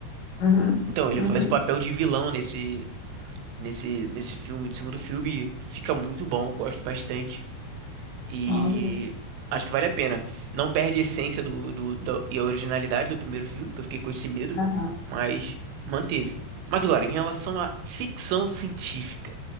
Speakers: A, on the left (about 70°); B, on the right (about 90°).
A: uhum,
B: Então, ele
A: uhum,
B: faz o papel de vilão nesse nesse nesse filme, do segundo filme, e fica muito bom, eu gosto bastante e
A: olha,
B: acho que vale a pena. Não perde a essência do, do, do- e a originalidade do primeiro filme, que eu fiquei com esse medo,
A: aham.
B: mas manteve. Mas agora, em relação à ficção científica,